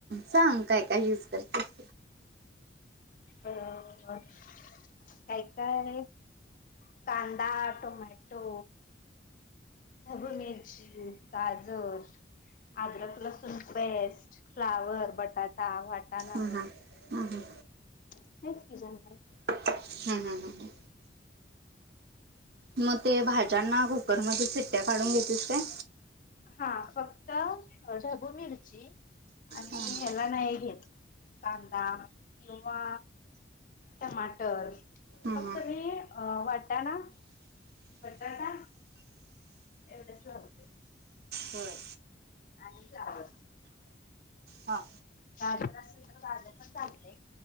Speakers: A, on the right (about 55°); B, on the left (about 45°).
A: सांग कायं कायं युंज करते?
B: हो हं कायं कायं, कांदा, टोमॅटो, ढबुं मिर्ची, गाजरं, अद्रक लसूणं पेस्ट, फ्लांवर, बटाटा, वाटांणा,
A: हम्मं हम्मं, हम्मं हं,
B: हेचं की जणरलं
A: हां हां हां, मंग ते भाज्यांना, कुकरमध्यें सिट्ट्या काढूंन घेतीस कायं?
B: हां फक्तं, ढबू मिर्ची, आणि
A: हम्
B: ह्यांला नाहीं घेतं, कांदा किंवा, टमांटर,
A: हम
B: फक्तं मी वाटांना, बटाटा, एवढेचं लावतोय.
A: होय
B: आणि फ्लांवर.
A: हा
B: गाजरं असलं तरं गाजरं पणं चालतंय,